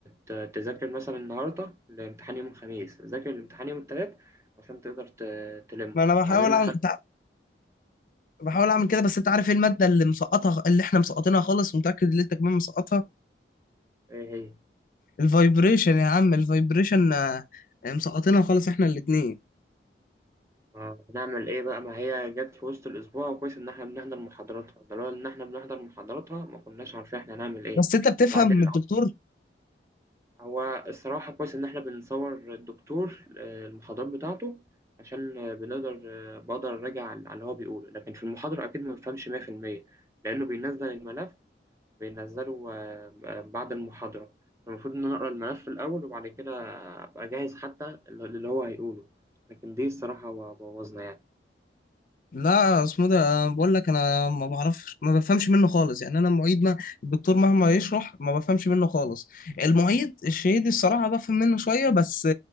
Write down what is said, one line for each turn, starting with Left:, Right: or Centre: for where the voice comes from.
Right: ت- تذاكر مثلا النهاردة الامتحان يوم الخميس ذاكر الامتحان يوم التلات عشان تقدر ت- تلمه
Left: ما أنا بحاول
Right: وبعدين
Left: أنت
Right: نخلي
Left: بحاول اعمل كده بس انت عارف ايه الماده اللي مسقطها اللي احنا مسقطينها خالص ومتاكد ان انت كمان مسقطها
Right: ايه هي
Left: الفايبريشن يا عم الفايبريشن آه، مسقطينها خالص احنا الاتنين
Right: ما نعمل ايه بقى ما هي جت في وسط الاسبوع كويس ان احنا بنحضر محاضراتها ده لولا ان احنا بنحضر محاضراتها ما كناش عارفين احنا هنعمل ايه
Left: بس انت بتفهم
Right: وبعدين
Left: من الدكتور
Right: هو الصراحة كويس إن إحنا بنصور الدكتور آه، المحاضرات بتاعته عشان آه، بنقدر آه، بقدر أراجع على اللي هو بيقوله لكن في المحاضرة أكيد ما بفهمش 100% لأنه بينزل الملف بينزله آه، آه، بعد المحاضرة المفروض إن أنا أقرأ الملف الأول وبعد كده أبقى جاهز حتى اللي هو هيقوله لكن دي الصراحة بوظنا يعني
Left: لا اسمه ده أنا بقول لك انا ما بعرفش ما بفهمش منه خالص يعني انا المعيد ما الدكتور مهما يشرح ما بفهمش منه خالص المعيد الشهيدي الصراحه بفهم منه شويه بس